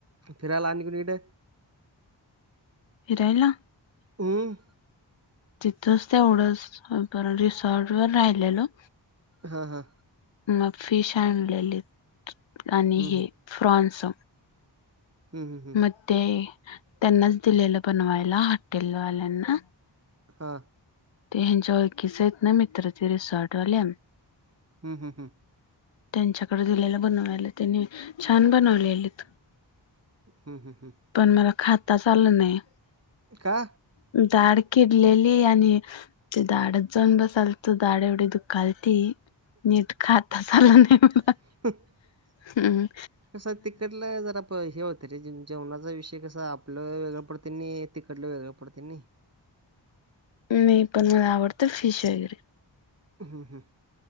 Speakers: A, on the right; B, on the left.
A: फिरायला आणि कुणीकडं?
B: फिरायला?
A: हंमं.
B: तिथच तेवढंच, परत रिसॉर्टवर राहिलेलो.
A: हा हा.
B: मग फिश आणलेली. आणि
A: हं
B: हे
A: हं.
B: फ्रॉन्स.
A: हम ह.
B: मग ते त्यांनाच दिलेलं बनवायला हॉटेल वाल्यांना.
A: हा.
B: ते यांच्या ओळखीचे आहेत ना. मित्र ते, रिसॉर्ट वाल्यान.
A: हम् हम हं.
B: त्यांच्याकडे दिलेलं बनवायला. त्यांनी छान बनवलेलीत.
A: हम् हम हम्.
B: पण मला खाताच आलं नाही.
A: का?
B: दाढ कीडलेली आणि ते दाढत जाऊन बसालत. दाढ एवढी दुखालती. नीट खाताच आलं नाही.
A: <unintelligible>
B: हम्मम.
A: कसं तिकडला जरा प हे होतं रे. जेवणाचा विषय कसा आपलं वेगळ पडतय नी. तिकडल वेगळं पडते नाही.
B: मी पण मला आवडतं फिश वगैरे.
A: हम हम.